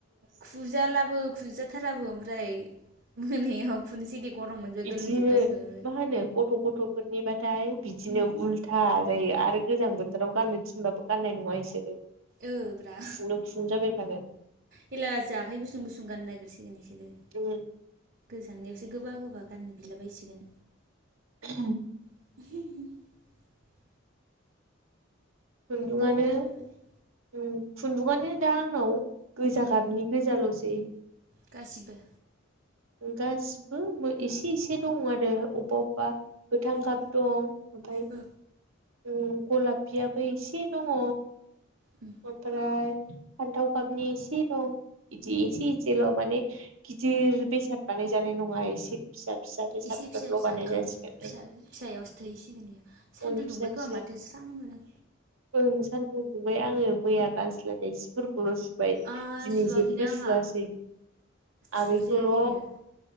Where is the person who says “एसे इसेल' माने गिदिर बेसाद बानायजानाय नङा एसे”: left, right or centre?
Right